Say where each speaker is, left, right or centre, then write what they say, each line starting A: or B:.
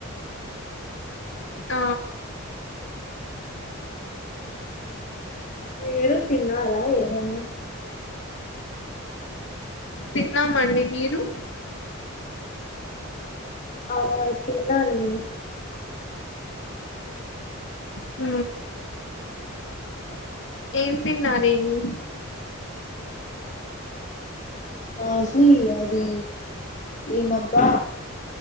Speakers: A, on the left (about 55°); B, on the left (about 35°).
A: ఆ
B: మీరు తిన్నారా ఏమన్నా
A: తిన్నామండి మీరు
B: ఆ తిన్న నేను
A: అ ఏం తిన్నారేమి
B: మాది అది ఏమబ్బా